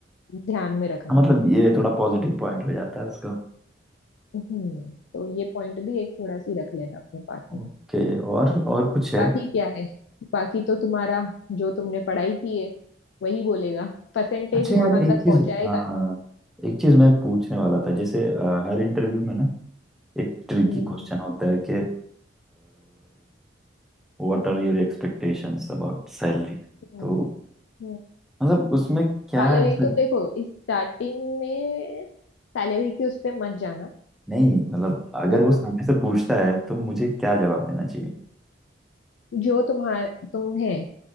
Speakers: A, on the left; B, in the centre.
A: ध्यान में रखना
B: मतलब ये थोड़ा पॉजिटिव पॉइंट हो जाता है उसका
A: हम्म तो ये पॉइंट भी एक थोड़ा सी रख लेना अपने पास
B: ओके
A: में
B: और और कुछ है
A: बाकी क्या है बाकी तो तुम्हारा जो तुमने पढ़ाई की है वही बोलेगा परसेंटेज
B: अच्छा यार
A: वहां
B: एक
A: तक
B: चीज
A: पहुंचाएगा
B: हाँ
A: तुम
B: एक चीज मैं पूछने वाला था जैसे अ, हर इंटरव्यू में ना एक ट्रिकी
A: हम्म
B: क्वेश्चन होता है कि what are your expectations about salary
A: हम्म
B: तो
A: हम्म
B: मतलब उसमें क्या
A: सैलरी
B: ऐसा
A: तो देखो स्टार्टिंग में सैलरी के उस पे मत जाना
B: नहीं मतलब अगर
A: वो
B: वो सामने से पूछता है तो मुझे क्या जवाब देना चाहिए
A: जो तुम्हार तुम्हें